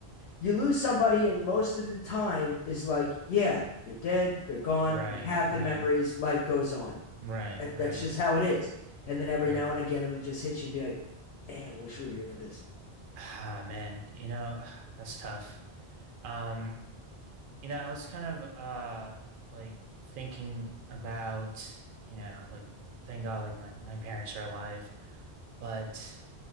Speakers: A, on the left (about 85°); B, on the right (about 60°).
A: you lose somebody, and most of the time is like, yeah, they're dead, they're gone.
B: Right,
A: We have
B: right,
A: the memories. Life goes on
B: right,
A: uh,
B: right,
A: that's just how it is. And then every
B: right.
A: now and again, it'll just hit you and be like, "Damn, wish we were here for this."
B: Ah, man, you know, <sighs> that's tough. Um, you know, I was kind of uh like thinking about, you know, like thank God like my my parents are alive, but